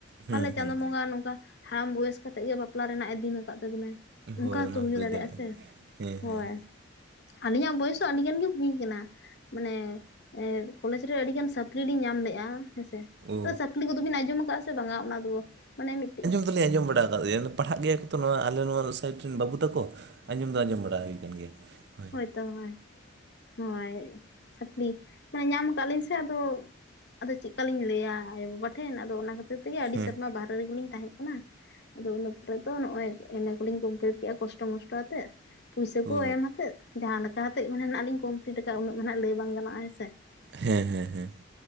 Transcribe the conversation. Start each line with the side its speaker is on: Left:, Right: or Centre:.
Right: ᱦᱩᱸ
Left: ᱯᱟᱞᱮ ᱪᱟᱸᱫᱳ
Right: ᱦᱩᱸ
Left: ᱵᱚᱸᱜᱟ ᱱᱚᱝᱠᱟ ᱦᱟᱲᱟᱢ ᱵᱚᱭᱮᱥ ᱠᱟᱛᱮᱜ ᱜᱮ ᱵᱟᱯᱞᱟ ᱨᱮᱱᱟᱜ ᱮ ᱫᱤᱱ ᱟᱠᱟᱫ ᱛᱟᱵᱤᱱᱟᱭ ᱾ ᱚᱱᱠᱟ
Right: ᱦᱳᱭ
Left: ᱦᱚᱸᱛᱚ
Right: ᱚᱱᱟ
Left: ᱦᱩᱭ
Right: ᱦᱚᱸ
Left: ᱫᱟᱲᱮᱭᱟᱜᱼᱟ, ᱥᱮ
Right: ᱦᱮᱸ
Left: ᱦᱳᱭ
Right: ᱦᱮᱸ
Left: ᱾ ᱟᱹᱞᱤᱧᱟᱜ ᱵᱚᱭᱮᱥ ᱦᱚᱸ ᱟᱹᱰᱤ ᱜᱟᱱ ᱜᱮ ᱦᱩᱭ ᱠᱟᱱᱟ ᱾ ᱢᱟᱱᱮ ᱮᱸᱫ ᱠᱚᱞᱮᱡᱽ ᱨᱮ ᱟᱹᱰᱤ ᱜᱟᱱ ᱥᱟᱯᱞᱤ ᱞᱤᱧ ᱧᱟᱢ ᱞᱮᱜᱼᱟ ᱦᱮᱸᱥᱮ ᱾
Right: ᱳ
Left: ᱥᱟᱹᱯᱞᱤ ᱠᱚᱫᱚ ᱵᱤᱱ ᱟᱸᱡᱚᱢ ᱠᱟᱫᱼᱟ ᱥᱮ ᱵᱟᱝᱟ? ᱚᱱᱟ ᱫᱚ ᱢᱟᱱᱮ ᱢᱤᱫᱴᱤᱡ
Right: <unintelligible> ᱫᱚ ᱞᱤᱧ ᱟᱸᱡᱚᱢ ᱵᱟᱲᱟᱣᱟᱠᱟᱫ ᱜᱮᱭᱟ ᱯᱟᱲᱦᱟᱜ ᱜᱮᱭᱟ ᱠᱚᱛᱚ ᱱᱚᱣᱟ ᱟᱞᱮ ᱱᱚᱣᱟ ᱥᱳᱥᱟᱭᱤᱰ ᱨᱮᱱ ᱵᱟᱹᱵᱩ ᱛᱟᱠᱚ ᱾ ᱟᱸᱡᱚᱢ ᱫᱚ ᱟᱸᱡᱚᱢ ᱵᱟᱲᱟ ᱦᱩᱭ ᱠᱟᱱ ᱜᱮᱭᱟ ᱦᱳᱭ ᱾
Left: ᱛᱳ ᱦᱳᱭ ᱦᱳᱭ ᱥᱟᱹᱯᱞᱤ ᱢᱟᱱᱮ ᱧᱟᱢ ᱠᱟᱜ-ᱟ ᱞᱤᱧ ᱥᱮ ᱟᱫᱚ ᱟᱫᱚ ᱪᱮᱫᱠᱟ ᱞᱤᱧ ᱞᱟᱹᱭᱟ ᱟᱭᱳ ᱵᱟᱵᱟ ᱴᱷᱮᱱ ᱟᱫᱚ ᱚᱱᱟ ᱠᱷᱟᱹᱛᱤᱨ ᱛᱮᱜᱮ ᱟᱹᱰᱤ
Right: ᱦᱮᱸ
Left: ᱥᱮᱨᱢᱟ ᱵᱟᱦᱨᱮ ᱨᱮᱜᱮ ᱞᱤᱧ ᱛᱟᱦᱮᱸ ᱠᱟᱱᱟ ᱟᱫᱚ ᱤᱱᱟᱹ ᱯᱚᱨᱮ ᱛᱚ ᱱᱚᱜᱼᱚᱭ ᱮᱢ ᱮ ᱠᱚᱞᱤᱧ ᱠᱚᱢᱯᱞᱤᱴ ᱠᱮᱫ-ᱟ ᱠᱚᱥᱴᱚ ᱢᱚᱥᱴᱚ ᱟᱛᱮᱫ ᱾ ᱯᱩᱭᱥᱟᱹ ᱠᱚ
Right: ᱳ
Left: ᱮᱢ ᱦᱟᱛᱮᱫ ᱡᱟᱦᱟᱸ ᱞᱮᱠᱟ ᱟᱛᱮᱫ ᱢᱟᱱᱮ ᱱᱟᱜ ᱞᱤᱧ ᱠᱚᱢᱯᱞᱤᱴ ᱠᱟᱜᱼᱟ, ᱩᱱᱟᱹᱜ ᱢᱟ ᱱᱟᱷᱜ ᱞᱟᱹᱭ ᱵᱟᱝ ᱜᱟᱱᱚᱜᱼᱟ ᱦᱮᱸ ᱥᱮ ᱾
Right: ᱦᱮᱸ ᱦᱮᱸ ᱦᱮᱸ ᱾